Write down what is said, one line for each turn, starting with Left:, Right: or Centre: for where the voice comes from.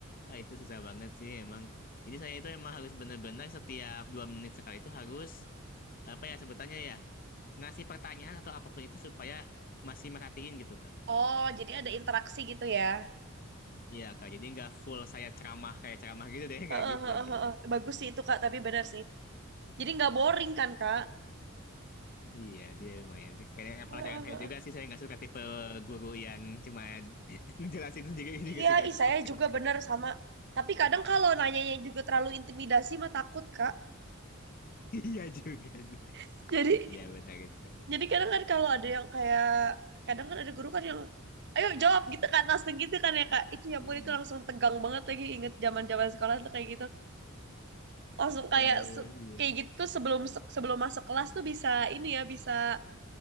Left: ah, itu susah banget sih emang. Jadi saya itu emang harus benar-benar setiap dua menit sekali itu harus apa ya sebutannya ya, ngasih pertanyaan atau apapun itu supaya masih merhatiin gitu Kak.
Right: Oh, jadi ada interaksi gitu ya.
Left: Iya Kak, jadi nggak full saya ceramah kayak ceramah gitu deh, <laughs> nggak
Right: Heeh,
Left: gitu
Right: heeh,
Left: gitu.
Right: heeh. Bagus sih itu, Kak, tapi benar sih. Jadi nggak boring kan, Kak?
Left: Iya sih lumayan sih. Kayaknya pelajaran
Right: Heeh.
Left: saya juga sih saya nggak suka tipe guru yang cuma <laughs> ngejelasin sendiri ini
Right: Iya,
Left: nggak suka
Right: ih
Left: itu
Right: saya
Left: saya. <laughs>
Right: juga bener sama. Tapi kadang kalau nanyanya juga terlalu intimidasi mah takut, Kak.
Left: Iya juga sih.
Right: <laughs> Jadi
Left: Iya benar itu.
Right: jadi kadang kan kalau ada yang kayak kadang kan ada guru kan yang ayo jawab gitu kan langsung gitu kan ya Kak. Itu ya
Left: Hmm.
Right: ampun itu langsung tegang banget lagi inget zaman-zaman sekolah tuh kayak gitu. Langsung kayak
Left: Ya ampun,
Right: se-
Left: iya.
Right: kayak gitu tuh sebelum se- sebelum masuk kelas tuh bisa ini ya bisa